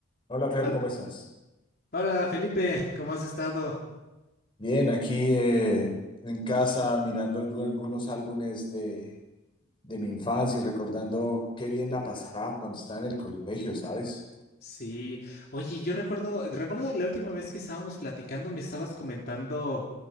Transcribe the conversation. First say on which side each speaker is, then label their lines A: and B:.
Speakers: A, on the left; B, on the left.
A: Hola Fer,
B: Hol-
A: ¿cómo estás?
B: Hola Felipe, ¿cómo has estado?
A: Bien, aquí eh, en casa mirando algu- algunos álbumes de, de mi infancia y recordando qué bien la pasaba cuando estaba en el colegio, ¿sabes?
B: Sí, oye, yo recuerdo, recuerdo la última vez que estábamos platicando, me estabas comentando